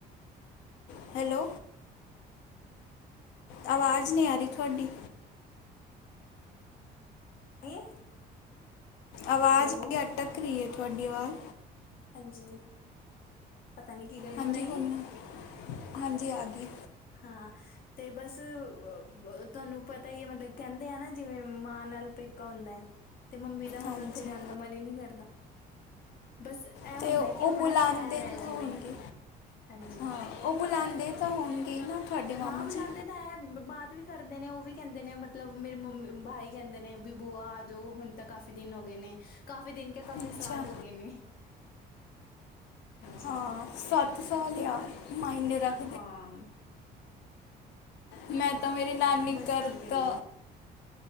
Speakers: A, on the left (about 90°); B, on the left (about 60°).
A: ਹੈਲੋ। ਆਵਾਜ਼ ਨੀ ਆ ਰੀ ਤੁਆਡੀ।
B: <inaudible>
A: ਆਵਾਜ਼
B: ਹੈਲੋ
A: ਈ ਅਟਕ ਰੀ ਐ ਤੁਆਡੀ ਆਵਾਜ਼
B: ਹਾਂਜੀ। ਪਤਾ ਨੀ ਕੀ ਗੱਲ
A: ਹਾਂਜੀ
B: ਹੋਣ ਆਈ
A: ਹੁਣੂੰ
B: ਹੈ
A: ਹਾਂਜੀ ਆ ਗਏ।
B: ਹਾਂ ਤੇ ਬਸ ਬਬ ਤੁਆਨੂੰ ਪਤਾ ਈ ਐ ਮਤਲਬ ਕੈਂਦੇ ਆ ਨਾ ਜਿਵੇਂ ਮਾਂ ਨਾਲ ਪੇਕਾ ਹੁੰਦਾ ਐ ਤੇ ਮੰਮੀ ਦਾ ਹੁਣ
A: ਹਾਂਜੀ
B: ਉੱਥੇ ਜਾਣ ਦਾ ਮਨ ਈ ਨੀ ਕਰਦਾ। ਬਸ ਇਹ
A: ਅਤੇ
B: ਹੁੰਦਾ
A: ਓ
B: ਕਿ ਆਪਣਾ
A: ਬੁਲਾਂਦੇਨ
B: ਸ਼ਹਿਰ ਹੈ ਜਿਵੇਂ
A: ਤਾਂ ਹੋਣਗੇ,
B: ਹਾਂਜੀ
A: ਹਾਂ। ਓ ਬੁਲਾਂਦੇ ਤਾਂ ਹੋਣਗੇ ਈ ਨਾ। ਤੁਹਾਡੇ ਮਾਮਾ
B: ਹਾਂ ਬੁਲਾਂਦੇ
A: ਜੀ
B: ਤਾਂ ਹੈ, ਬਾਤ ਵੀ ਕਰਦੇ ਨੇ ਓ ਵੀ ਕੈਂਦੇ ਨੇ ਮਤਲਬ ਮੇਰੀ ਮੰਮੀ ਭਾਈ ਕੈਂਦੇ ਨੇ ਵੀ ਬੂਆ ਆਜੋ ਹੁਣ ਤਾਂ ਕਾਫੀ ਦਿਨ ਓ ਗਏ ਨੇ, ਕਾਫੀ ਦਿਨ ਕੇ ਕਾਫੀ
A: ਅੱਛਾ
B: ਸਾਲ ਹੋ ਗਏ ਨੇ। ਹਾਂਜੀ
A: ਹਾਂ ਸੱਤ ਸਾਲ ਯਾਰ ਮਾਈਨੇ ਰੱਖ
B: ਹਾਂ।
A: ਮੈਂ ਤਾਂ ਮੇਰੀ ਨਾਨੀ
B: ਬਸ
A: ਕਰਤਾ
B: ਕੀ ਕਰੀਏ